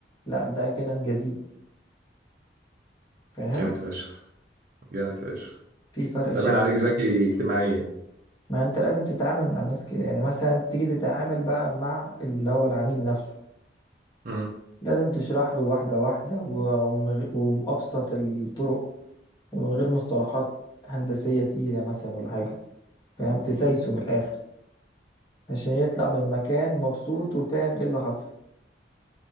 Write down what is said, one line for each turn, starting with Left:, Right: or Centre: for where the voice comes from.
Left: لا ده كده نجازيه فاهم
Right: جامد فشخ جامد فشخ
Left: في فرق
Right: تمام
Left: شاسع
Right: عليك ذكي اجتماعيا
Left: ما انت لازم تتعامل مع الناس كده يعني مثلا تيجي تتعامل بقى مع اللي هو العميل نفسه
Right: امم
Left: لازم تشرح له واحدة واحدة و- ومن غير وبأبسط الطرق ومن غير مصطلحات هندسية تقيلة مثلا ولا حاجة فاهم تسايسه من الآخر عشان يطلع من المكان مبسوط وفاهم ايه اللي حصل